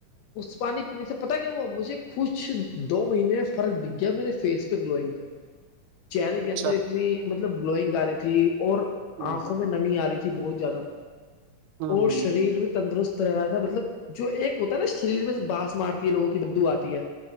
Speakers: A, on the left; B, on the right.
A: اس پانی پینے سے پتاہ کیا ہوا مجھے کچھ دو مہینے میں فرق دکھ گیا میرے فیس پہ گلوئنگ پہ <unintelligible> چہرے کے
B: اچھا
A: اندر اتنی مطلب گلوئنگ آ رہی تھی اور
B: ہوں
A: آنکھوں میں نمی آ رہی تھی بہت زیادہ
B: ہوں
A: اور
B: ہوں
A: شریر بھی تندرست رہا تھا مطلب جو ایک ہوتا ہے نا شریر میں سے بانس مارتی ہے لوگوں کی بدو آتی ہے